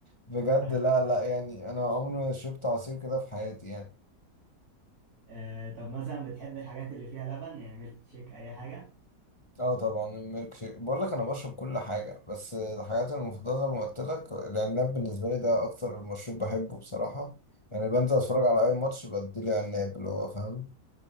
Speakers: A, on the left (about 15°); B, on the right (about 60°).
A: بجد
B: <laughs>
A: لا لا يعني انا عمري ما شربت عصير كده في حياتي يعني
B: آه، طب مثلا بتحب الحاجات اللي فيها لبن يعني ميلك تشيك اي حاجه
A: اه طبعا الميلك شيك بقول لك انا بشرب كل حاجة بس الحاجات المفضلة زي ما قلت لك العناب بالنسبة لي ده اكتر مشروب بحبه بصراحة يعني بنزل اتفرج على اي ماتش بديلي عناب اللي هو فاهم